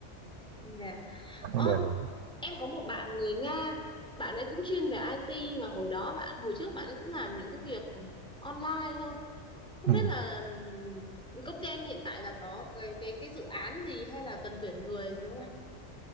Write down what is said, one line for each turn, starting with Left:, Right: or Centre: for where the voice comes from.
Centre: dạ.
Right: đặt
Centre: Ơ,
Right: vấn đề liền
Centre: em có một bạn người Nga, bạn ấy cũng chuyên về IT mà hồi đó bạn hồi trước bạn ấy cũng làm những cái việc online thôi. Không
Right: ừ.
Centre: biết là ừm, công ty anh hiện tại là có cái cái cái dự án gì hay là cần tuyển người gì không anh?